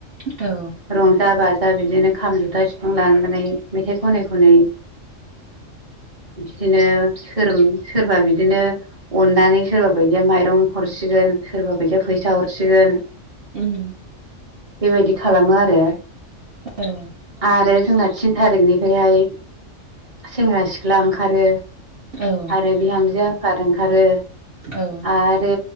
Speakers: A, on the right; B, on the right.
A: औ
B: रंजा बाजा बिदिनो खाम जुथा सिफुं लानानै मेथाइ खननाय खनै बिदिनो सोर सोरबा बिदिनो अननानै सोरबा बायदिया माइरं हरसिगोन सोरबा बायदिया फैसा हरसिगोन
A: उम
B: बेबायदि खालामो आरो।
A: औ
B: आरो जोंना थिन थारिखनिफ्रायहाय सेंग्रा सिख्ला ओंखारो।
A: औ
B: आरो बिहामजो आफाद ओंखारो।
A: औ
B: आरो